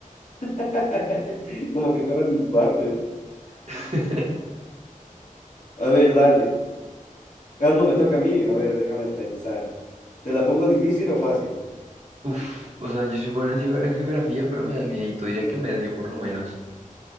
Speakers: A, on the left; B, on the right.
A: <laughs> Como que fuera mi cuarto.
B: <laughs>
A: A ver, dale. Ah, no, me toca a mí. A ver, déjame pensar. ¿Te la pongo difícil o fácil?
B: Uf, o sea, yo soy bueno en, geo- en geografía, pero me da miedito, diría que medio por lo menos.